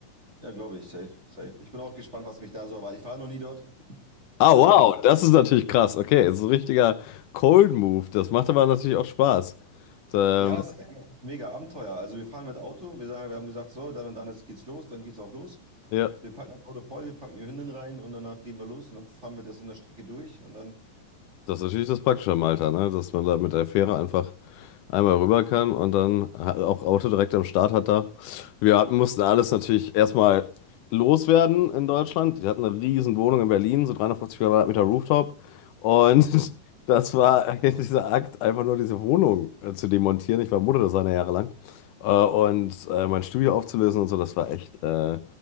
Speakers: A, on the right; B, on the left.
A: Ja, glaube ich, safe, safe. Ich bin auch gespannt, was mich da so erwartet. Ich war noch nie dort.
B: Ah,
A: Ähm,
B: wow, das ist natürlich krass. Okay, so ein richtiger Cold Move. Das macht aber natürlich auch Spaß. Ähm,
A: ja, es ist mega Abenteuer. Also wir fahren mit Auto, wir sagen, wir haben gesagt, so, dann und dann ist, geht's los, dann geht's auch los.
B: ja.
A: Wir packen das Auto voll, wir packen die Hündin rein und danach gehen wir los und dann fahren wir das in der Strecke durch und dann
B: Das ist natürlich das Praktische am Alter, ne? Dass man da mit der Fähre einfach einmal rüber kann und dann ha- auch Auto direkt am Start hat da. Wir hatten, mussten alles natürlich erstmal loswerden in Deutschland. Die hatten eine riesen Wohnung in Berlin, so 350 Quadratmeter Rooftop. Und
A: Mhm.
B: <laughs> das war <laughs> dieser Akt, einfach nur diese Wohnung äh, zu demontieren. Ich war Modedesigner jahrelang. Äh, Und äh, mein Studio aufzulösen und so, das war echt äh,